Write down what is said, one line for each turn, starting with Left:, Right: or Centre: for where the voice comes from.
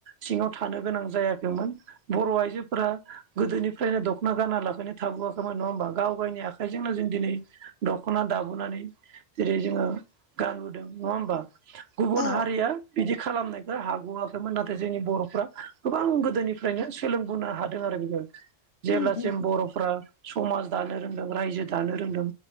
Right: सिङाव थानो गोनां जायाखैमोन बर' आइजोफोरा गोदोनिफ्रायनो दख'ना गाना लाखैनो थाबोआखैमोन नङा होमबा गाव गायनि आखाइजोंनो जों दिनै दख'ना दाबोनानै जेरै जोङो गानबोदों नङा होमबा गुबुन
Left: औ
Right: हारिया बिदि खालामनाय बे हाग'आखैमोन नाथाय जोंनि बर'फ्रा गोबां गोदोनिफ्रायनो सोलोंबोनो हादों आरो <unintelligible> जेब्ला
Left: उम उम
Right: फ्रा समाज दानो रोंदों रायजो दानो रोंदों